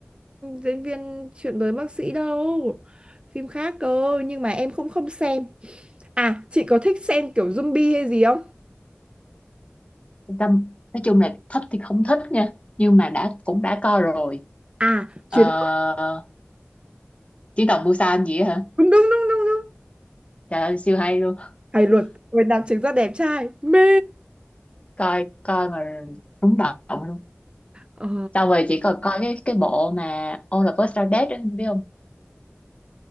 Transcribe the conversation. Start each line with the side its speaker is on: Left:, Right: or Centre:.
Right: diễn viên chuyện với bác sĩ đâu phim khác cơ nhưng mà em cũng không xem à chị có thích xem kiểu zombie hay gì không
Left: tâm nói chung là thích thì không thích nha nhưng mà đã cũng đã coi rồi
Right: à
Left: ờ,
Right: chuyến
Left: chiến tàu Busan gì á hả
Right: đúng đúng đúng đúng đúng
Left: trời ơi siêu hay luôn
Right: hay luật người nam chính rất đẹp trai mê
Left: coi coi mà rúng động luôn
Right: ờ,
Left: sau rồi chỉ còn coi cái cái bộ mà All of Us Are Dead á biết không